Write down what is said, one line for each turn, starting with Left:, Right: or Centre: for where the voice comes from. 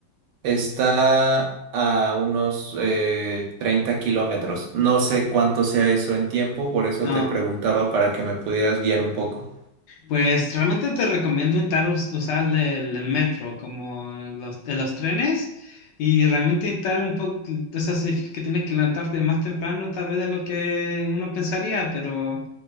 Right: está a unos eh, 30 kilómetros. No sé cuánto sea eso en tiempo, por eso
Left: No.
Right: te preguntaba para que me pudieras guiar un poco.
Left: Pues realmente te recomiendo intentar us- usar el, el metro como los, de los trenes y realmente estar un poco, eso significa que tienes que levantarte más temprano tal vez de lo que uno pensaría, pero